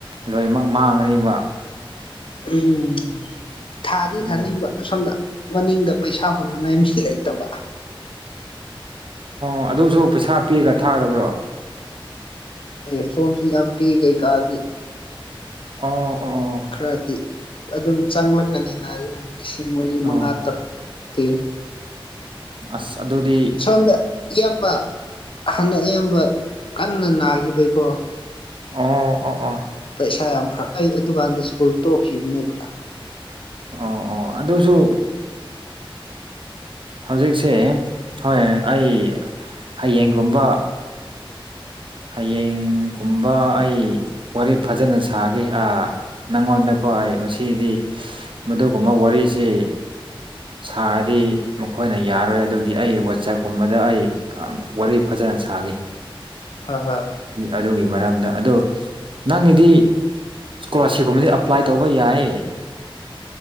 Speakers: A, on the right; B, on the left.
A: ꯂꯣꯏꯅꯃꯛ ꯃꯥꯡꯉꯅꯦꯕ
B: ꯎꯝ ꯊꯥꯗꯤ
A: ꯑꯗꯨ
B: ꯊꯥꯅꯤꯡꯕ ꯁꯣꯝꯗ ꯃꯅꯤꯡꯗ ꯄꯩꯁꯥ ꯍꯨꯅꯤꯡꯉꯥꯏ ꯃꯤꯁꯤꯠ ꯂꯩꯇꯕ
A: ꯑꯣ ꯑꯗꯨꯁꯨ ꯄꯩꯁꯥ ꯄꯤꯔꯒ ꯊꯥꯒꯗꯕ꯭ꯔꯣ
B: ꯑꯦ ꯐꯣꯔꯝ ꯐꯤꯜ ꯑꯞꯀꯤ ꯀꯩꯀꯥꯒꯤ
A: ꯑꯣ ꯑꯣ ꯑꯣ
B: ꯈꯔꯗꯤ ꯑꯗꯨꯝ ꯆꯪꯂꯛꯀꯅꯤꯅ ꯑꯗꯨꯝ ꯂꯤꯁꯤꯡ ꯃꯔꯤ
A: ꯑꯣ
B: ꯃꯉꯥ ꯇꯔꯨꯛ ꯀ
A: ꯑꯁ ꯑꯗꯨꯗꯤ
B: ꯁꯗ ꯏꯌꯥꯝꯕ ꯍꯥꯟꯅ ꯑꯌꯥꯝꯕ ꯀꯟꯅ ꯅꯥꯈꯤꯕꯩꯀꯣ
A: ꯑꯣ ꯑꯣ ꯑꯣ
B: ꯄꯩꯁꯥ ꯌꯥꯝ ꯐ ꯑꯩ ꯑꯗꯨꯀꯥꯟꯗ ꯁ꯭ꯀꯨꯜ ꯇꯣꯛꯈꯤꯕꯅꯦꯕ
A: ꯑꯣ ꯑꯣ ꯑꯗꯨꯁꯨ ꯍꯧꯖꯤꯛꯁꯦ ꯍꯣꯏ ꯑꯩ ꯍꯌꯦꯡꯒꯨꯝꯕ ꯍꯌꯦꯡꯒꯨꯝꯕ ꯑꯩ ꯋꯥꯔꯤ ꯐꯖꯅ ꯁꯥꯒꯦ ꯑ ꯅꯪꯉꯣꯟꯗꯀꯣ ꯑꯩ ꯃꯁꯤꯗꯤ ꯃꯗꯨꯒꯨꯝꯕ ꯋꯥꯔꯤꯁꯤ ꯁꯥꯔꯗꯤ ꯃꯈꯣꯏꯅ ꯌꯥꯔꯣꯏ ꯑꯗꯨꯒꯤ ꯑꯩ ꯋꯥꯆꯦꯞꯀꯨꯝꯕꯗ ꯑꯩ ꯋꯥꯔꯤ ꯐꯖꯅ ꯁꯥꯈꯤ
B: ꯍ ꯍ
A: ꯑꯗꯨꯒꯤ ꯃꯔꯝꯗ ꯑꯗꯣ ꯅꯪꯒꯤꯗꯤ ꯏꯁꯀꯣꯂꯥꯔꯁꯤꯞꯀꯨꯝꯕꯕꯁꯤ ꯑꯦꯄ꯭ꯂꯥꯏ ꯇꯧꯕ ꯌꯥꯏ